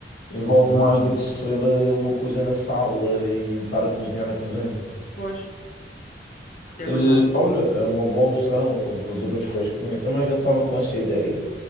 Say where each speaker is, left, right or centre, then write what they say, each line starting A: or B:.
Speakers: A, on the left; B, on the left.
A: envolve mais do que ser eh, uma coisa na sala e estar a cozinhar na cozinha.
B: Pois, é
A: Eh,
B: verdade.
A: olha, é uma boa opção fazer um churrasquinho. Eu também já estava com essa ideia